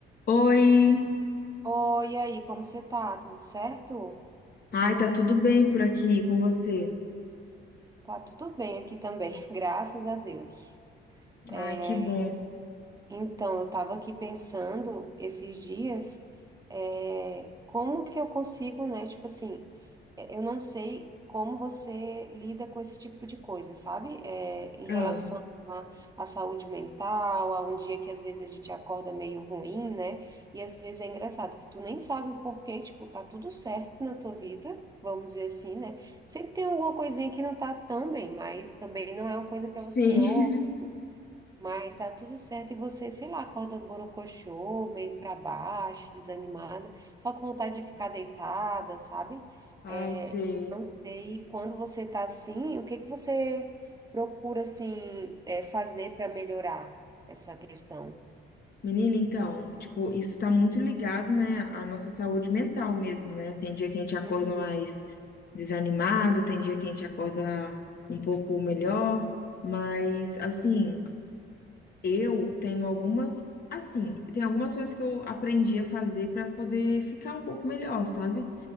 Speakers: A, on the left; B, on the right.
A: Oi,
B: Oi, e aí, como você tá? Tudo certo?
A: ai, tá tudo bem por aqui com você?
B: Tá tudo bem aqui também, <laughs> graças a Deus. É,
A: Ai, que bom.
B: então, eu estava aqui pensando esses dias, é, como que eu consigo, né? Tipo assim, é, eu não sei como você lida com esse tipo de coisa, sabe? É, em
A: Ah,
B: relação à, à saúde mental, a um dia que às vezes a gente acorda meio ruim, né? E às vezes é engraçado que tu nem sabe o porquê, tipo, tá tudo certo na tua vida, vamos dizer assim, né? Sempre tem alguma coisinha que não tá tão bem, mas também não é uma coisa para
A: sim,
B: você, ô,
A: <laughs>
B: mas tá tudo certo e você, sei lá, acorda borocochô, meio para baixo, desanimada, só com vontade de ficar deitada, sabe?
A: ai,
B: É,
A: sei.
B: não sei quando você tá assim, o que que você procura assim é, fazer para melhorar essa questão?
A: Menina, então, tipo, isso tá muito ligado, né, à nossa saúde mental mesmo, né? Tem dia que a gente acorda
B: Uhum.
A: mais desanimado, tem dia que a gente acorda um pouco melhor, mas, assim, eu tenho algumas, assim, tem algumas coisas que eu aprendi a fazer pra poder ficar um pouco melhor, sabe?